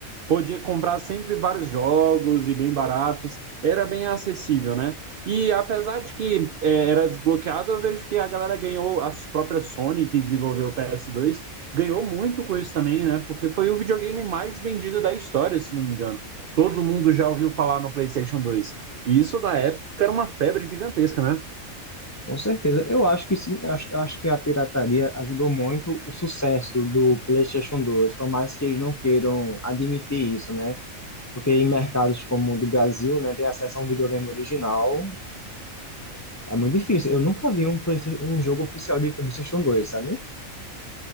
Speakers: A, on the right (about 65°); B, on the left (about 25°).
A: podia comprar sempre vários jogos e bem baratos, era bem acessível, né? E apesar de que é, era desbloqueado, eu vejo que a galera ganhou, a própria Sony, que desenvolveu o PS2, ganhou muito com isso também, né? Porque foi o videogame mais vendido da história, se não me engano. Todo mundo já ouviu falar no PlayStation 2. E isso, na época, era uma febre gigantesca, né?
B: Com certeza. Eu acho que sim, eu acho, eu acho que a pirataria ajudou muito o sucesso do PlayStation 2, por mais que eles não queiram admitir isso, né? Porque em mercados como o do Brasil, né, ter acesso a um videogame original é muito difícil. Eu nunca vi um, Playsta- um jogo oficial de PlayStation 2, sabe?